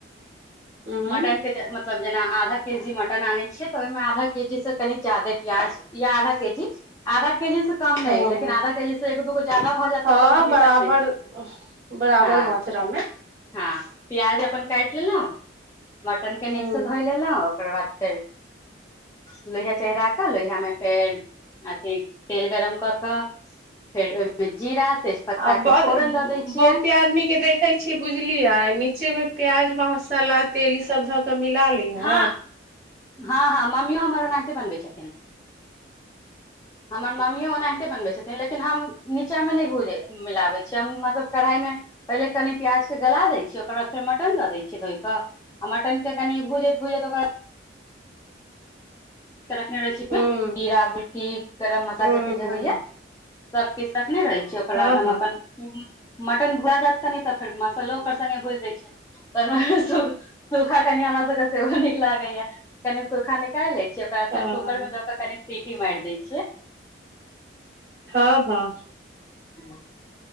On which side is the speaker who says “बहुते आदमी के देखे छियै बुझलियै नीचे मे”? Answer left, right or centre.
Right